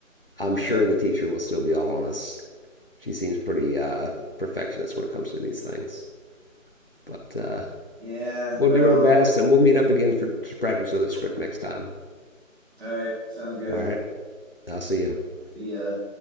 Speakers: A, on the left (about 45°); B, in the centre.
A: I'm
B: Okay.
A: sure the teacher will still be all on us. She seems pretty uh, perfectionist when it comes to these things, but uh,
B: Yeah,
A: we'll
B: well,
A: do our best, and we'll meet up again for to practice with the script next time.
B: All right. Sounds good.
A: All right, I'll see you.
B: See ya.